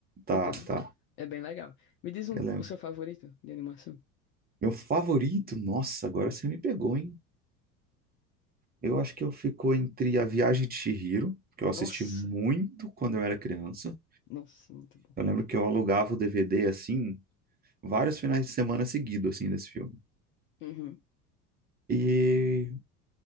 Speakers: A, on the right; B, on the left.
A: Tá,
B: Entendeu?
A: tá.
B: É bem legal. Me diz um-
A: Eu lembro.
B: o seu favorito de animação.
A: Meu favorito, nossa, agora você me pegou, hein? Eu acho que eu ficou entre A Viagem de Chihiro, que eu assisti
B: Nossa,
A: muito quando eu era criança.
B: nossa, muito bom.
A: Eu lembro que eu alugava o DVD assim, vários finais de semana seguidos, assim, desse filme.
B: Uhum,
A: E,